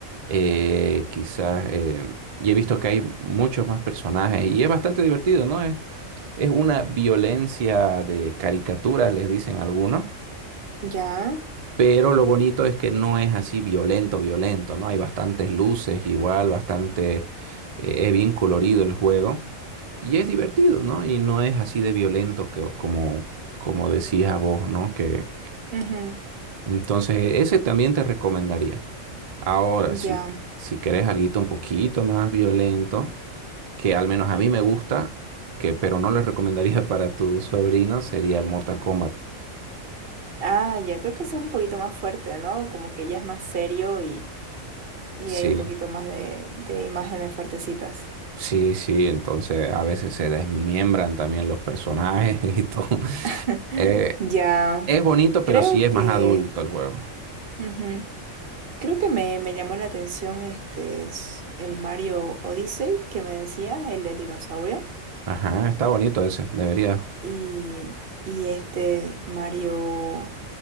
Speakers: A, on the right; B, on the right.
A: eh, quizás... eh, y he visto que hay muchos más personajes y es bastante divertido, ¿no? Es una violencia de caricaturas, les dicen algunos,
B: ya,
A: pero lo bonito es que no es así violento, violento, ¿no? Hay bastantes luces igual, bastante, eh, es bien colorido el juego y es divertido, ¿no? Y no es así de violento que, como, como decías vos, ¿no? Que
B: ujú,
A: entonces ese también te recomendaría. Ahora, si,
B: ya.
A: si querés alguito un poquito más violento, que al menos a mí me gusta, que, pero no les recomendaría <laughs> para tu sobrino, sería el Mortal Kombat.
B: Ah, ya, creo que ese es un poquito más fuerte, ¿no? Como que ya es más serio y, y
A: Sí,
B: hay un poquito más de, de imágenes fuertecitas.
A: sí, sí, entonces a veces se desmiembran también los personajes <laughs> y todo.
B: <laughs>
A: Eh,
B: Ya,
A: es bonito,
B: creo
A: pero sí es
B: que.
A: más adulto el juego.
B: Ujú. Creo que me, me llamó la atención este es el Mario Odyssey que me decía, el del dinosaurio,
A: Ajá, está bonito ese, debería.
B: y, y este Mario